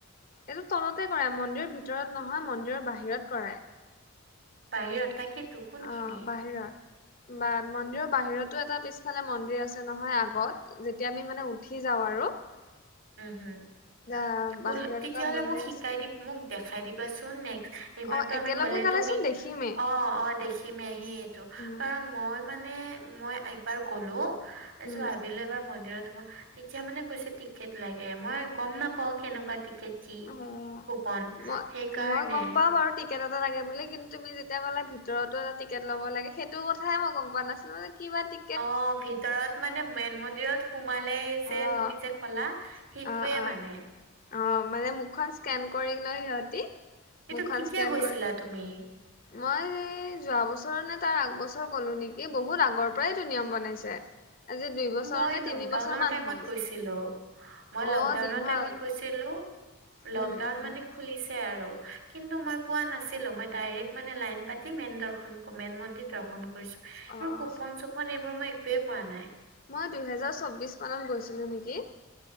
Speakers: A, on the left; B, on the right.
A: এইটো তলতে কৰায়, মন্দিৰৰ ভিতৰত নহয় মন্দিৰৰ বাহিৰত কৰায়।
B: বাহিৰত, তাকেতো কোনখিনিত?
A: অ' বাহিৰত। বা মন্দিৰৰ বাহিৰতো এটা পিছফালে মন্দিৰ আছে নহয় আগত। যেতিয়া আমি মানে উঠি যাওঁ আৰু।
B: উম হম
A: দা বাহিৰত
B: উল-তেতিয়াহলে
A: এটা মন্দিৰ
B: মোক শিকাই
A: আছে।
B: দি মোক দেখাই দিবাচোন নেক এইবাৰতো
A: অ' একেলগে
B: আমি গলে
A: গালেচোন
B: তুমি
A: দেখিমেই
B: অ অ দেখি। খিমে সেইয়েটো,
A: উম,
B: কাৰণ মই মানে মই একবাৰ গ'লো, তাৰ
A: উম।
B: পিছত ভাবিলো এবাৰ মন্দিৰত সোমা, তেতিয়া মানে কৈছে টি টিকেট লাগে, মই গম নাপাও কেনেকুৱা টিকেট কি
A: অ',
B: কুপন,
A: মই
B: সেইকাৰণে
A: মই গম পাওঁ বাৰু টিকেট এটা লাগে বুলি। কিন্তু তুমি যেতিয়া ক'লা ভিতৰতো এটা টিকেট ল'ব লাগে, সেইটো কথাহে মই গম পোৱা নাছিলোঁ যে কিবা টি
B: অ ভিতৰত মানে মেইন মন্দিৰত সোমালেই যে
A: অ',
B: তুমি যে কলা সেইটোৱে
A: অ অ
B: মানে
A: অ মানে মুখখন স্কেন
B: অ
A: কৰি লয় সিহঁতি
B: এইটো
A: মুখখন
B: কেতিয়া
A: স্কেন
B: গৈছিলা
A: কৰে
B: তুমি?
A: মই এই যোৱা বছৰ নে তাৰ আগবছৰ গলো নেকি, বহুত আগৰ পৰাই এইটো নিয়ম বনাইছে। আজি দুই বছৰ
B: মই
A: নে
B: লকডাউনৰ
A: তিনি বছৰ মান হ'ল।
B: <unintelligible> মই লকডাউন
A: অ', দিন
B: টাইমত
A: হ'ল
B: গৈছিলোঁ, লকডাউন
A: উম, উম,
B: মানে খুলিছে আৰু, কিন্তু মই পোৱা নাছি ছিলো, মই ডাইৰেক্ট মানে লাইন পাতি মেইন দৰ্শন মেইন মন্দিৰ দৰ্শন কৰিছো। এইবোৰ
A: অ',
B: কুপন-চুপ পন, এইবোৰ মই একোৱে পোৱা নাই।
A: মই দুহেজাৰ চৌবিশ মানত গৈছিলোঁ নেকি?